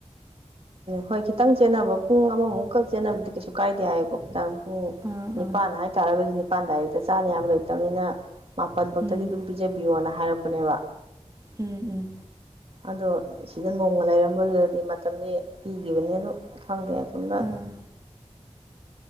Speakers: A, on the right; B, on the right.
A: ꯍꯣꯏ ꯈꯤꯇꯪ ꯆꯦꯟꯅꯕ ꯄꯨꯡ ꯑꯃꯃꯨꯛꯀꯛ ꯆꯦꯟꯅꯕꯗꯤ ꯀꯩꯁꯨ ꯀꯥꯏꯗꯦ ꯍꯥꯏꯌꯦꯀꯣ ꯈꯤꯇꯪ ꯎꯝ
B: ꯑꯥ
A: ꯅꯤꯄꯥꯟ
B: ꯑꯥ
A: ꯍꯥꯏꯇꯥꯔꯒꯁꯨ ꯅꯤꯄꯥꯟ ꯗꯥꯏꯔꯦꯛꯇ ꯆꯥꯅꯤ ꯍꯥꯏꯕ ꯂꯩꯇꯕꯅꯤꯅ ꯃꯥꯄꯟ ꯕꯥꯎꯇꯗꯤ
B: ꯎꯝ
A: ꯑꯗꯨꯝ ꯄꯤꯖꯕꯤꯌꯣꯅ ꯍꯥꯏꯔꯛꯄꯅꯦꯕ
B: ꯎꯝ ꯎꯝ
A: ꯑꯗꯣ ꯁꯤꯗ ꯅꯣꯡꯃ ꯂꯩꯔꯝꯕꯗꯨꯗꯗꯤ ꯃꯇꯝꯗꯤ ꯄꯤꯈꯤꯕꯅꯦ ꯑꯗꯨ ꯈꯪꯗꯦ ꯑꯁꯣꯝꯅ
B: ꯑꯥ